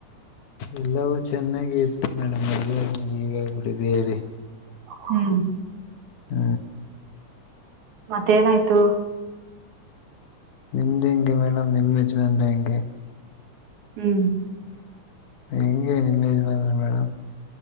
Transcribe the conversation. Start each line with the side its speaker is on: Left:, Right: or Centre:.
Left: ಎಲ್ಲವೂ ಚೆನ್ನಾಗಿ ಇತ್ತು ಮೇಡಂ ಮದುವೆ ಆದ್ಮೇಲೆ ಹೀಗಾಗ್ಬಿಟ್ಟಿದೆ ಹೇಳಿ.
Right: ಹ್ಮ್
Left: ಹ
Right: ಮತ್ತೇನಾಯ್ತು.
Left: ನಿಮ್ದ್ ಹೆಂಗೆ ಮೇಡಮ್ ನಿಮ್ ಯಜಮಾನ್ರು ಹೆಂಗೆ.
Right: ಹ್ಮ್
Left: ಹೆಂಗೆ ನಿಮ್ಮೆಜಮಾನ್ರು ಮೇಡಮ್.